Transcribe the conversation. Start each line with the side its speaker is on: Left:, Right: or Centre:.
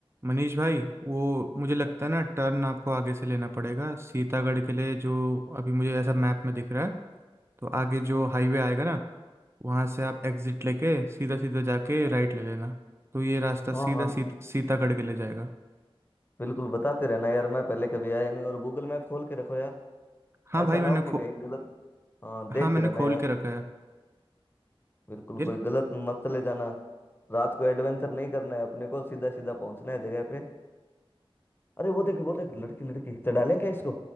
Right: मनीष भाई वो मुझे लगता है ना टर्न आपको आगे से लेना पड़ेगा सीतागढ़ के लिए जो अभी मुझे ऐसा मैप में दिख रहा है तो आगे जो हाईवे आएगा ना वहां से आप एग्जिट लेके सीधा सीधा जाके राइट ले लेना तो ये रास्ता
Left: हाँ
Right: सीधा
Left: हाँ
Right: सी, सीतागढ़ के ले जाएगा
Left: बिल्कुल बताते रहना यार मैं पहले कभी आया नहीं और गूगल मैप खोल के रखो यार
Right: हाँ
Left: ऐसा
Right: भाई
Left: ना
Right: मैंने
Left: हो कि
Right: खो
Left: कहीं गलत हाँ
Right: हाँ
Left: देखते
Right: मैंने
Left: रहना
Right: खोल
Left: यार
Right: के रखा है
Left: बिल्कुल
Right: यार
Left: कोई गलत मत चले जाना रात को एडवेंचर नहीं करना है अपने को सीधा सीधा पहुंचना है जगह पे अरे वो देखे वो देख लड़की लड़की चढ़ा लें क्या इसको